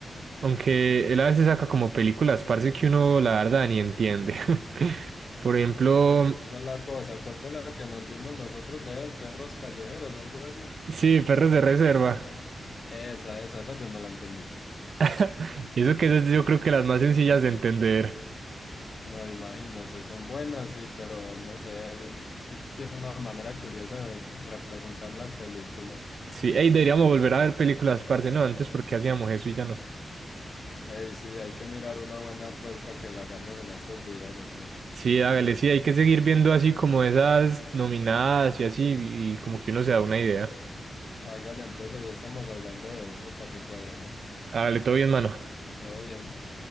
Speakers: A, on the right; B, on the left.
A: Aunque él a veces saca como películas, parce, que uno la verdad ni entiende. <laughs> Por ejemplo,
B: Es- Esa es la cosa. ¿Cuál fue la que nos vimos nosotros de él? Perros callejeros, algo así.
A: sí, Perros de Reserva.
B: Esa, esa, esa yo no la entendí.
A: <laughs> Y eso que es, yo creo que las más sencillas de entender.
B: No, imagínese, son buenas, sí, pero no sé, él ti- tiene una manera curiosa de representar las películas.
A: Sí, ey, deberíamos volver a ver películas, parce, no, antes porque hacíamos eso y ya no.
B: Ey, sí, hay que mirar una buena, pues, para que la hagamos en estos días, ¿o qué?
A: Sí, hágale, sí, hay que seguir viendo así como esas nominadas y así, y como que uno se da una idea.
B: Hágale, entonces ahí estamos hablando de eso para que cuadremos.
A: Hágale, todo bien, mano.
B: Todo bien.